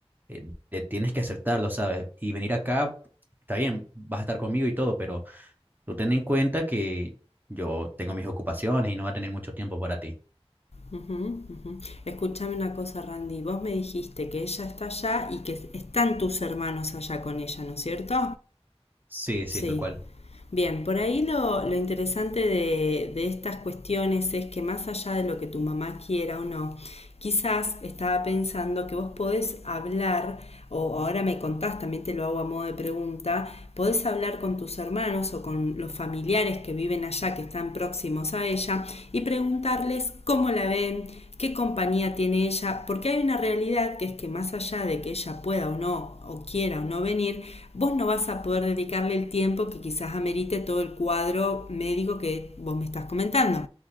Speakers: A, on the right (about 15°); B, on the left (about 70°).
A: eh, te tienes que aceptarlo, ¿sabes? Y venir acá, está bien, vas a estar conmigo y todo, pero tú ten en cuenta que yo tengo mis ocupaciones y no va a tener mucho tiempo para ti.
B: ujú, ujú. Escúchame una cosa, Randy. Vos me dijiste que ella está allá y que están tus hermanos allá con ella, ¿no es cierto?
A: Sí, sí,
B: Sí.
A: tal cual.
B: Bien, por ahí lo, lo interesante de, de estas cuestiones es que más allá de lo que tu mamá quiera o no, quizás estaba pensando que vos podés hablar, o ahora me contás, también te lo hago a modo de pregunta, podés hablar con tus hermanos o con los familiares que viven allá, que están próximos a ella, y preguntarles cómo la ven, qué compañía tiene ella, porque hay una realidad que es que más allá de que ella pueda o no, o quiera o no venir, vos no vas a poder dedicarle el tiempo que quizás amerite todo el cuadro médico que vos me estás comentando.